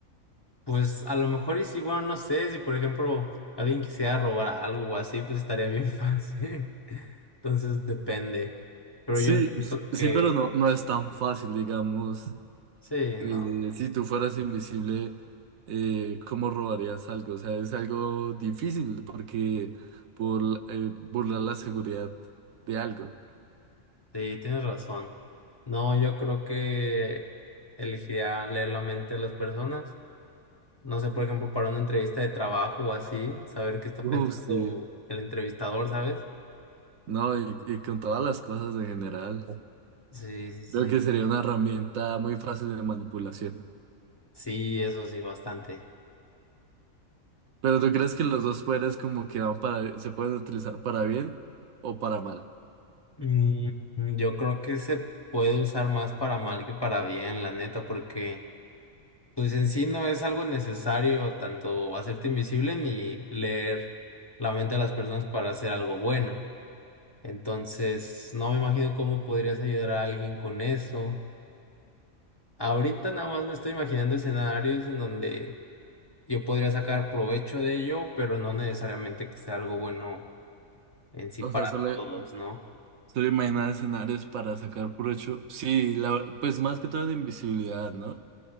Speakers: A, on the left; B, on the right.
A: pues a lo mejor y sí, bueno, no sé, si por ejemplo alguien quisiera robar algo o así, pues estaría bien <laughs> fácil. Entonces, depende. Pero
B: Sí,
A: yo siento
B: s-
A: que
B: sí, pero no, no es tan fácil, digamos.
A: sí,
B: Eh,
A: no.
B: si tú fueras invisible, eh, ¿cómo robarías algo? O sea, es algo difícil porque por eh, burlar la seguridad de algo.
A: Sí, tienes razón. No, yo creo que elegiría leer la mente de las personas. No sé, por ejemplo, para una entrevista de trabajo o así, saber qué está
B: Uh,
A: pensando
B: sí.
A: el entrevistador, ¿sabes?
B: No, y, y con todas las cosas en general,
A: Sí, sí, sí.
B: creo que sería una herramienta muy fácil de manipulación.
A: Sí, eso sí, bastante.
B: Pero ¿tú crees que los dos poderes como que van para, se pueden utilizar para bien o para mal?
A: Mm, yo creo que se puede usar más para mal que para bien, la neta, porque pues en sí no es algo necesario tanto hacerte invisible ni leer la mente de las personas para hacer algo bueno. Entonces, no me imagino cómo podrías ayudar a alguien con eso. Ahorita nada más me estoy imaginando escenarios en donde yo podría sacar provecho de ello, pero no necesariamente que sea algo bueno en sí
B: O
A: para
B: sea, solo,
A: todos, ¿no?
B: solo imaginar escenarios para sacar provecho. Sí, la- pues más que todo de invisibilidad, ¿no?